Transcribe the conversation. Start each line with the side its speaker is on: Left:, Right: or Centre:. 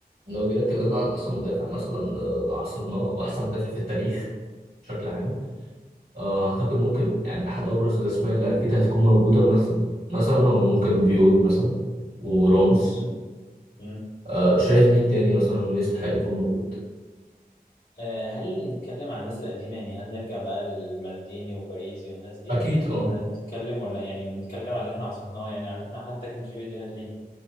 Right: لو جينا اتكلمنا عن احسن مدافع مثلا آه، عصرناه او احسن مدافع في التاريخ بشكل عام آه، اعتقد ممكن يعني احد ابرز الاسماء اللي اكيد هتكون موجوده مثلا مثلا هو ممكن بيول مثلا وراموس
Left: مم. مم.
Right: آه، شايف مين تاني مثلا انه يستحق يكون موجود
Left: آه، هل نتكلم عن الناس القديمة يعني هل نرجع بقى للمالديني وباريزي والناس دي
Right: اكيد اه
Left: ولا نتكلم ولا يعني نتكلم عن اللي احنا عاصرناه يعني عن اللي احنا حتى كان في فيديوهات ليه